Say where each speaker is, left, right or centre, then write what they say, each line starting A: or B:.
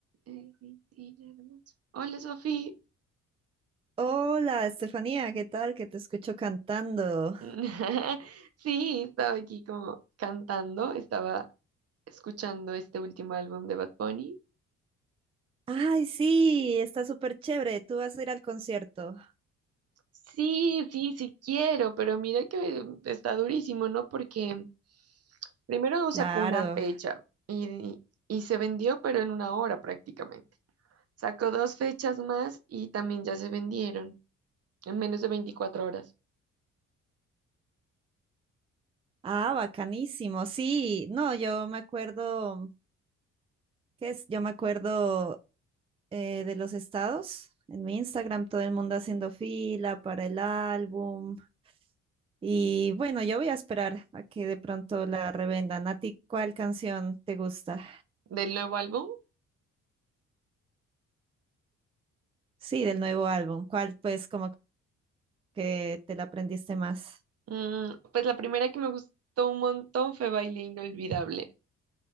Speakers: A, on the right (about 55°); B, on the right (about 20°).
A: Eh, Cristina Hermoso. Hola, Sofi.
B: Hola, Estefanía, ¿qué tal? Que te escucho cantando.
A: <laughs> Sí, estaba aquí como cantando, estaba escuchando este último álbum de Bad Bunny.
B: Ay, sí, está súper chévere. ¿Tú vas a ir al concierto?
A: Sí, sí, sí quiero, pero mira que está durísimo, ¿no? Porque primero no
B: Claro.
A: sacó una fecha y, y se vendió, pero en una hora prácticamente. Sacó dos fechas más y también ya se vendieron en menos de 24 horas.
B: Ah, bacanísimo. Sí, no, yo me acuerdo, ¿qué es? Yo me acuerdo eh, de los estados. En mi Instagram todo el mundo haciendo fila para el álbum. Y bueno, yo voy a esperar a que de pronto la revendan. ¿A ti cuál canción te gusta?
A: Del nuevo álbum
B: Sí, del nuevo álbum. ¿Cuál pues como que te la aprendiste más?
A: Mm, pues la primera que me gustó un montón fue Baile Inolvidable.